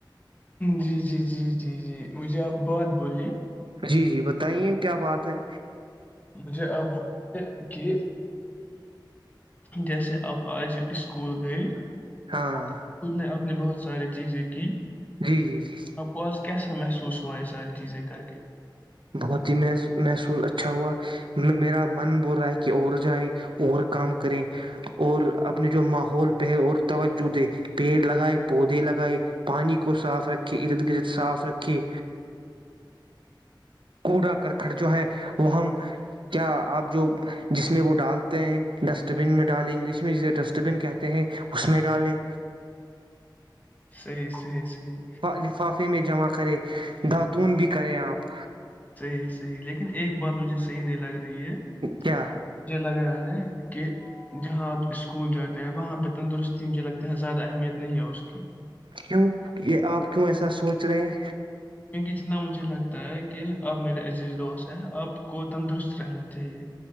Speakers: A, on the left (about 20°); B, on the right (about 80°).
A: جی جی جی جی جی مجھے آپ بات بولیے
B: جی جی بتائیے کیا بات ہے
A: مجھے آپ بولیے کہ جیسے آپ آج اسکول گئے کھ
B: ہاں
A: میں اب نے بہت سارے چیزیں کی
B: جی جی جی
A: آپ کو آج کیسا محسوس ہوا یہ ساری چیزیں کر کے
B: بہت ہی مح محسوس اچھا ہوا میرا من بول رہا ہے کہ اور جائیں اور کام کریں اور اپنے جو ماحول پہے اور توجہ دے پیڑ لگائے پودے لگائے پانی کو صاف رکھے ارد گرد صاف رکھے کوڑا کرکھڑ جو ہے وہ ہم کیا آپ جو جس میں وہ ڈالتے ہیں ڈسٹ بن میں ڈالیں انگلش میں جسے ڈسٹ بن کہتے ہیں اس میں ڈالیں
A: صحیح صحیح صحیح
B: لفافے میں جمع کریں داتون بھی کریں اپ
A: صحیح صحیح لیکن ایک بات مجھے صحی نہیں لگا رہی ہے مجھے
B: کیا
A: لگ رہا ہے کہ جہاں آپ اسکول جاتے ہیں وہاں پہ تندرستی مجھے لگتا ہے زیادہ اہمیت نہیں ہے اس کی
B: کیوں یہ آپ کیوں ایسا سوچ رہے ہیں
A: کیونکہ جتنا مجھے لگتا ہے کہ آپ میرے عزیز دوست ہے آپ کو تندرست رہنا چاہیے